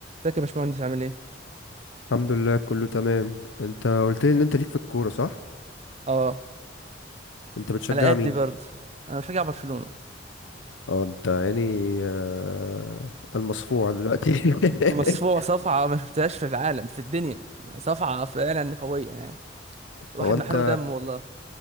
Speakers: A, on the right (about 35°); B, on the left (about 90°).
A: ازيك يا باشمهندس عامل ايه؟
B: الحمد لله كله تمام انت قلت لي ان انت ليك في الكورة صح
A: اه
B: انت بتشجع
A: على قدي
B: مين
A: برضه انا مشجع برشلونة
B: اه انت يعني آه، المصفوع دلوقتي <laughs>
A: مصفوعة صفعة ما شفتهاش في العالم في الدنيا صفعة فعلا قوية يعني الواحد
B: هو انت
A: محروق دم والله